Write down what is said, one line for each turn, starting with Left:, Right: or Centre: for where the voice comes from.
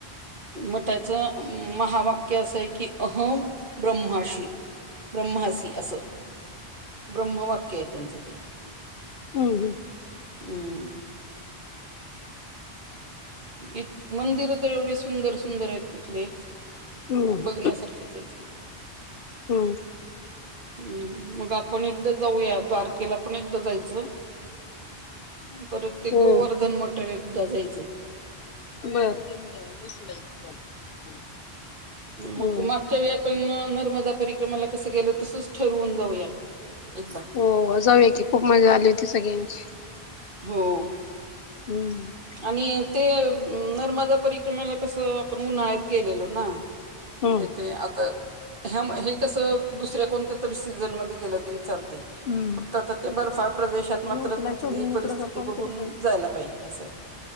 Right: मठाचं, महावाक्य असं य की, अहम ब्रह्माशी. ब्रह्मासी, असं ब्रह्म वाक्य ये, त्यांचं ते.
Left: हम् हम्.
Right: हम्. इत, मंदिर त एवढे, सुंदर-सुंदर येत तिथले.
Left: हम्म
Right: बघण्यासारखेच येत.
Left: हम्म.
Right: हम्म मग आपण एकदा जाऊयात, द्वारकेला पण एकदा जायचं. परत ते
Left: हो.
Right: गोवर्धन मटर, एकदा जायचं.
Left: बर.
Right: मंग
Left: हम्म
Right: मात. ते वे आपण नर्मदा परिक्रमाला कसं गेलं, तसच ठरवून जाऊया, एकदा.
Left: हो जाऊया की, खूप मजा आली होती, सगळ्यांची.
Right: हो.
Left: हम्म.
Right: आणि ते नर्मदा परिक्रमाला कसं, आपण उन्हाळ्यात गेलेलो ना? म्हणजे
Left: हम्म
Right: ते आता ह्या म, हे कसं दुसऱ्या कोणत्या तरी सीझनमध्ये, गेलं तरी चालतय.
Left: हम्म
Right: फक्त आता, ते बर्फाळ प्रदेशात,
Left: तिने
Right: मात्र
Left: उचलाय
Right: तिथली
Left: सोडून इकडं
Right: परिस्थिती
Left: का कॉल
Right: बघून,
Left: केला काय माहित
Right: जायला पाहिजे असंय.